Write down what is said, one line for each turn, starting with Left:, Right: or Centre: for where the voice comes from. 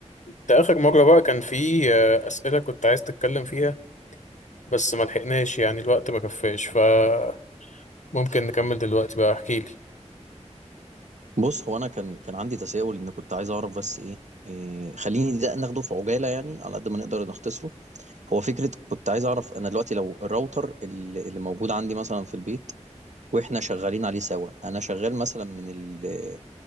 Left: ده آخر مرة بقى كان في آه، أسئلة كنت عايز تتكلم فيها بس ما لحقناش يعني الوقت ما كفاش فممكن نكمل دلوقتي بقى احكي لي
Right: بص هو انا كان كان عندي تساؤل ان كنت عايز اعرف بس ايه, إيه خليني ده ناخده في عجاله يعني على قد ما نقدر نختصره هو فكره كنت عايز اعرف انا دلوقتي لو الراوتر اللي, اللي موجود عندي مثلا في البيت واحنا شغالين عليه سوا انا شغال مثلا من ال